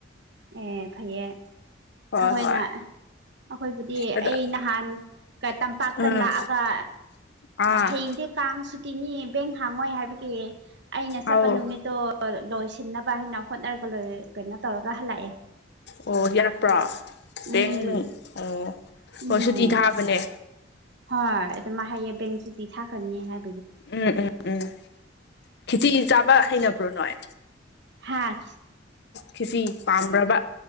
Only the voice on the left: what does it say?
ꯍꯣꯏ
ꯍꯣꯏ
ꯑꯗ
ꯎꯝ
ꯑꯥ
ꯑꯧ
ꯑꯣ ꯌꯥꯔꯛꯄ꯭ꯔꯣ
ꯕꯦꯡꯅꯨꯡ ꯑꯣ ꯍꯣꯏ
ꯁꯨꯇꯤ ꯊꯥꯕꯅꯦ
ꯎꯝ ꯎꯝ ꯎꯝ ꯈꯦꯆꯤ ꯆꯥꯕ ꯍꯩꯅꯕ꯭ꯔꯣ ꯅꯣꯏ
ꯈꯤꯁꯤ ꯄꯥꯝꯕꯔꯕ